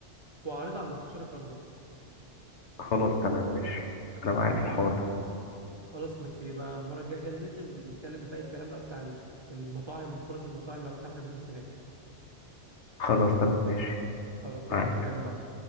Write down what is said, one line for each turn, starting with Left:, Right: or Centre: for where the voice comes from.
Right: واعرضها على المستشار القانوني
Left: خلاص تمام ماشي أنا معاك في الحوار ده
Right: خلاص ماشي يبقى المره الجايه كده ننزل ونتكلم باقي الكلام بقى بتاع ال- المطاعم وفرص المطاعم لو فتحنا بيزنس هناك
Left: خلاص تمام ماشي
Right: خلاص
Left: معاك
Right: يلا سلام بقى